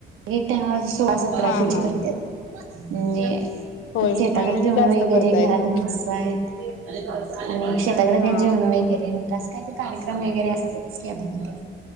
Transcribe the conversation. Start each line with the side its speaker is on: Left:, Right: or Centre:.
Right: एक टाइम सोळा सतरा
Left: हा
Right: किलो
Left: हा
Right: करत्यात. <unintelligible> जे
Left: होय
Right: शेताकडे
Left: म म्हणजे
Right: जेवण
Left: जास्त
Right: वगैरे
Left: करता
Right: घरात
Left: एकदम
Right: माणस आहेत <unintelligible> आणि शेताकडे
Left: हा
Right: जेवण वगैरे. असं कायतरी कार्यक्रम वगैरे असतातच आधीमध्ये